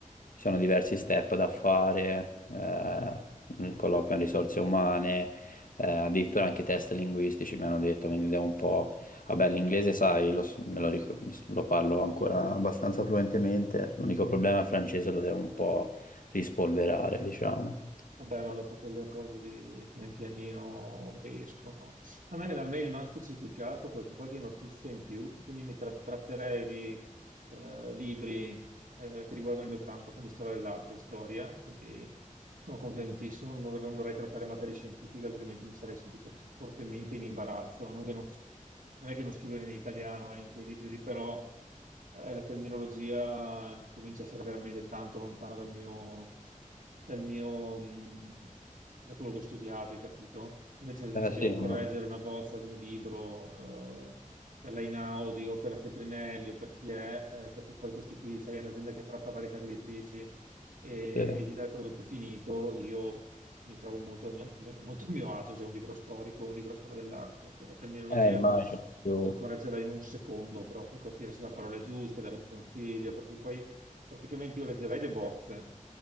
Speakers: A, on the left; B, on the right.
A: ci sono diversi step da fare, eh, il colloquio in risorse umane, eh, addirittura anche test linguistici mi hanno detto, quindi devo un po'... Vabbè, l'inglese, sai, lo, s- me lo, ric- lo parlo ancora abbastanza fluentemente, l'unico problema è il francese, lo devo un po' rispolverare, diciamo.
B: Vabbè, ma dopo quelle cose di pian pianino escono. A me nella mail mi hanno specificato qualche, qualche notizia in più, quindi mi tra- tratterei di eh, libri eh, che riguardano il mio campo, quindi storia dell'arte e storia, quindi sono contentissimo, non, dov- non dovrei trattare materie scientifiche, altrimenti mi sarei sentito fortemente in imbarazzo, non, che non, s- non è che non scrivo in italiano eh, in quei libri, lì, però eh, la terminologia comincia a essere veramente tanto lontana dal mio, dal mio, mh, da quello che ho studiato, hai capito? Invece
A: Eh
B: se devo
A: sì,
B: correggere
A: ma-
B: una bozza di un libro eh, per l'Einaudi o per la Feltrinelli o per chi è, eh, perché poi questi qui, sai, è un'azienda che tratta varie case editrici e, e
A: sì. Eh,
B: gli dà il prodotto finito, io mi trovo molto a mio, molto a mio agio se è un libro storico o un libro di storia dell'arte. La terminologia
A: immagino più...
B: posso correggerla in un secondo proprio, capire se la parola è giusta, dare un consiglio, perché poi praticamente io leggerei le bozze